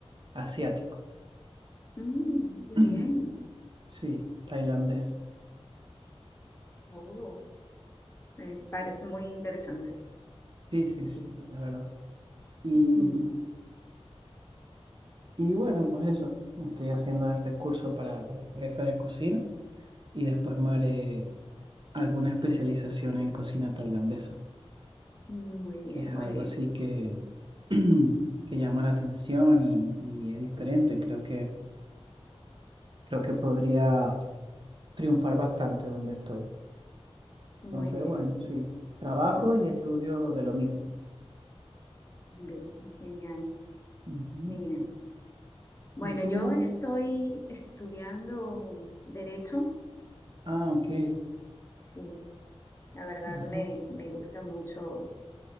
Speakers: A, on the right (about 50°); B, on the left (about 25°).
A: asiático.
B: Mm, qué
A: <clears throat>
B: bien.
A: Sí, tailandés.
B: Oh, me parece muy interesante.
A: Sí, sí, sí, sí, la verdad. Y,
B: <laughs> Ujú.
A: y bueno, pues eso. Estoy haciendo ese curso para jefe de cocina y después me haré alguna especialización en cocina tailandesa,
B: Muy bien,
A: que es
B: muy
A: algo
B: bien.
A: así que, <clears throat> que llama la atención y, y es diferente. Creo que, creo que podría triunfar bastante donde estoy.
B: Muy
A: Entonces,
B: bien.
A: bueno, sí, trabajo
B: <laughs>
A: y estudio de lo mismo.
B: Bien, genial,
A: Ujú.
B: genial. Bueno,
A: ¿Y tú?
B: yo estoy estudiando derecho.
A: Ah, ok.
B: Sí, la verdad
A: Ujú,
B: me, me gusta mucho,